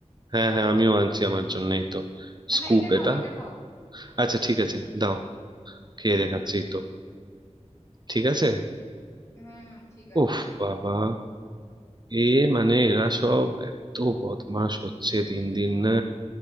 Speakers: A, on the right; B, on the left.
A: হ্যাঁ হ্যাঁ আমিও আনছি আমার জন্যই তো
B: না
A: স্কুপ
B: না এটা খাও
A: এটা
B: এটা খাও
A: আচ্ছা ঠিক আছে দাও খেয়ে দেখাচ্ছি তো ঠিক আছে
B: হুম ঠিক আছে
A: উফ বাবা এ মানে এরা সব এত বদমাশ হচ্ছে দিন দিন না